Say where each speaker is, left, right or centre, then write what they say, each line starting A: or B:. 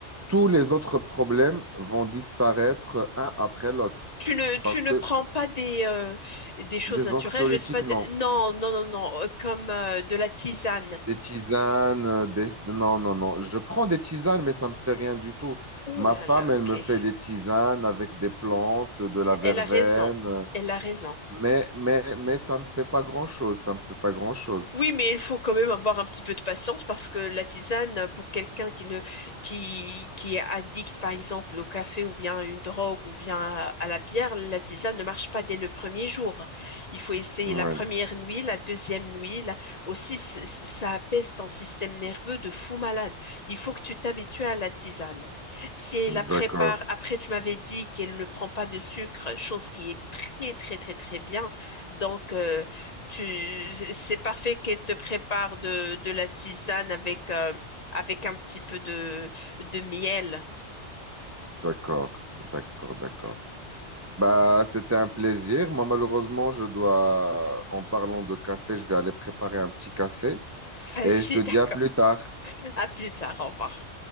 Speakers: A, on the right (about 20°); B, on the left (about 40°).
A: tous les autres problèmes vont disparaître un après l'autre.
B: Tu ne, tu
A: Parce
B: ne
A: que
B: prends pas des, euh, des choses
A: des
B: naturelles,
A: anxiolytiques,
B: je sais pas. de-
A: non.
B: Non, non, non, non, euh, comme euh, de la tisane.
A: Des tisanes, euh, des... non, non, non. Je prends des tisanes, mais ça me fait rien du tout.
B: Ouh
A: Ma
B: là
A: femme,
B: là,
A: elle
B: ok.
A: me fait des tisanes avec des plantes, de la verveine,
B: Elle a raison. Elle a raison.
A: mais, mais, mais ça me fait pas grand-chose. Ça me fait pas grand-chose.
B: Oui, mais il faut quand même avoir un petit peu de patience parce que la tisane, pour quelqu'un qui ne, qui, qui est addict, par exemple, au café ou bien à une drogue ou bien à à la bière, la tisane ne marche pas dès le premier jour. Il faut essayer
A: Ouais,
B: la première nuit, la deuxième nuit. la- Aussi, c- c- ça apaise ton système nerveux de fou malade. Il faut que tu t'habitues à la tisane. Si elle la prépare,
A: d'accord,
B: après, tu m'avais dit qu'elle ne prend pas de sucre, chose qui est très, très, très, très bien. Donc, euh, tu, c'est parfait qu'elle te prépare de, de la tisane avec, euh, avec un petit peu de, de miel.
A: d'accord, d'accord, d'accord. Bah, c'était un plaisir. Moi, malheureusement, je dois, en parlant de café, je vais aller préparer un petit café.
B: <laughs> Vas-y,
A: et je te dis
B: d'accord.
A: à plus tard.
B: À plus tard, au revoir.